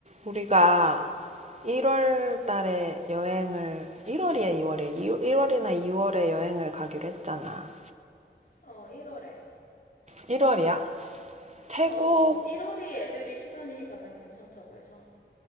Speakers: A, on the right; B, on the left.
A: 우리가 1월 달에 여행을 1월이야 2월이야 1월이나 2월에 여행을 가기로 했잖아
B: 어, 1월에.
A: 1월이야? 태국
B: 어, 1월이 애들이 시간이 가장 괜찮다고 해서